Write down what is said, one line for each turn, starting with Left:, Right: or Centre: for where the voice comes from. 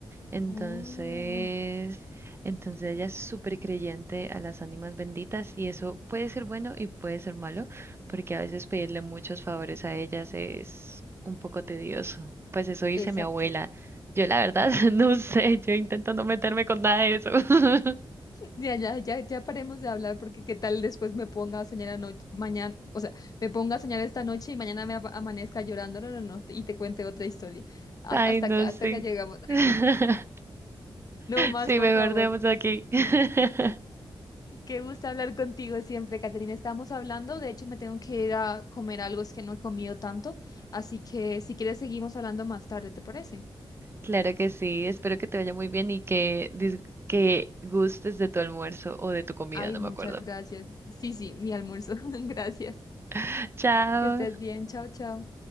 Right: Entonces,
Left: Oh.
Right: entonces ella es súper creyente a las ánimas benditas y eso puede ser bueno y puede ser malo, porque a veces pedirle muchos favores a ellas es un poco tedioso. Pues eso dice
Left: Exacto.
Right: mi abuela. Yo la verdad <laughs> no sé, yo intento no meterme con nada de eso. <laughs>
Left: Ya, ya, ya, ya paremos de hablar porque qué tal después me ponga a soñar anoche, mañana, o sea, me ponga a soñar esta noche y mañana me apa- amanezca llorando, no, no, no, y te cuente otra historia. Ah,
Right: Ay,
Left: hasta
Right: no
Left: acá, hasta
Right: sé.
Left: acá llegamos. <laughs>
Right: <laughs>
Left: No más,
Right: Sí,
Left: por
Right: mejor
Left: favor.
Right: dejemos aquí. <laughs>
Left: Qué gusto hablar contigo siempre, Caterina. Estamos hablando, de hecho me tengo que ir a comer algo, es que no he comido tanto, así que si quieres seguimos hablando más tarde, ¿te parece?
Right: Claro que sí, espero que te vaya muy bien y que, dis- que gustes de tu almuerzo o de tu comida,
Left: Ay,
Right: no
Left: muchas
Right: me acuerdo.
Left: gracias. Sí, sí, mi almuerzo. <laughs> Gracias.
Right: <laughs> Chao.
Left: Que estés bien. Chao, chao.